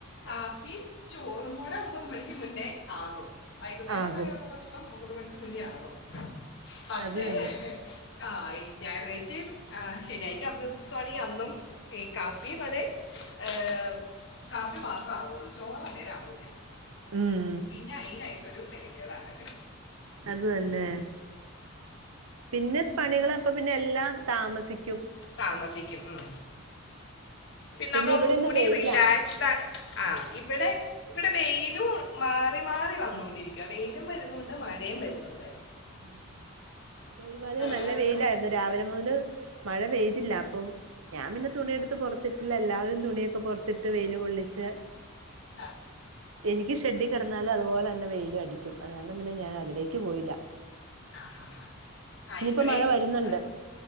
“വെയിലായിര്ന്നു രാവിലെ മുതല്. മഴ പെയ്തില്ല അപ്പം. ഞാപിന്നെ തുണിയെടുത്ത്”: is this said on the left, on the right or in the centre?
Right